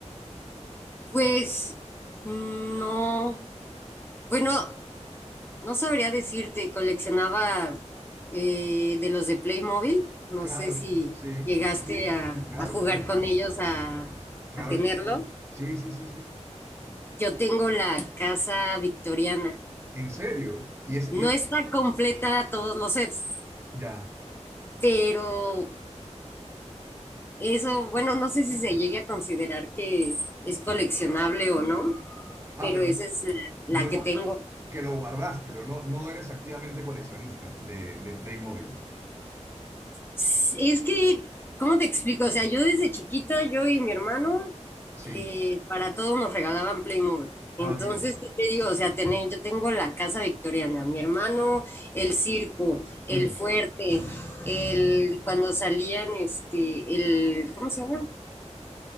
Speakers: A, on the left; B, on the right.
A: Pues, no, bueno, no sabría decirte, coleccionaba eh, de los de Playmobil, no
B: Claro,
A: sé si
B: sí,
A: llegaste
B: sí,
A: a,
B: sí, claro,
A: a jugar
B: claro,
A: con ellos, a,
B: claro
A: a tenerlo.
B: que sí. Sí, sí, sí, sí.
A: Yo tengo la casa victoriana.
B: En serio. Y es,
A: No
B: y es-
A: está completa todos los sets,
B: ya.
A: pero eso, bueno, no sé si se llegue a considerar que es coleccionable o no,
B: Ah,
A: pero
B: pero
A: esa es la la
B: digamos
A: que tengo.
B: que lo guardaste, pero no, no eres activamente coleccionista de, de Playmobil.
A: Es que, ¿cómo te explico? O sea, yo desde chiquita, yo y mi hermano,
B: Sí.
A: eh, para todo nos regalaban Playmobil. Entonces,
B: Ah, mira.
A: ¿qué te digo? O sea, tener, yo tengo la casa victoriana, mi hermano, el circo,
B: Sí.
A: el fuerte, el, cuando salían, este, el, ¿cómo se llama?